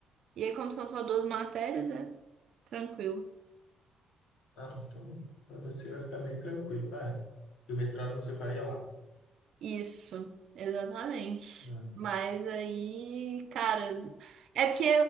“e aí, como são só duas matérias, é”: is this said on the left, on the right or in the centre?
Right